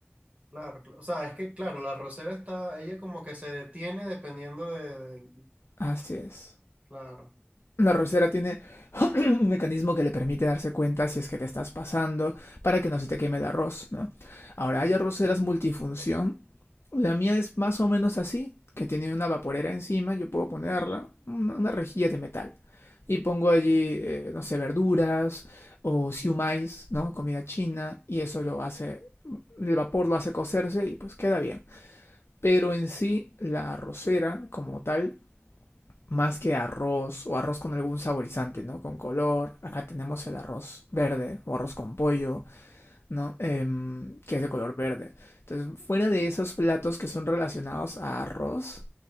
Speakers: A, on the right; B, on the left.
A: Claro, cl- o sea, es que, claro, la rosera está, ella como que se detiene dependiendo de, de-
B: Así es.
A: claro,
B: La rosera tiene <clears throat> <coughs> un mecanismo que le permite darse cuenta si es que te estás pasando para que no se te queme el arroz, ¿no? Ahora, hay arroceras multifunción. La mía es más o menos así, que tiene una vaporera encima, yo puedo ponerla, una, una rejilla de metal. Y pongo allí, eh, no sé, verduras o siumais, ¿no? Comida china, y eso lo hace el vapor lo hace cocerse y pues queda bien. Pero en sí, la arrocera como tal más que arroz o arroz con algún saborizante, ¿no? Con color. Acá tenemos el arroz verde o arroz con pollo, ¿no? Eh, que es de color verde. Entonces, fuera de esos platos que son relacionados a arroz,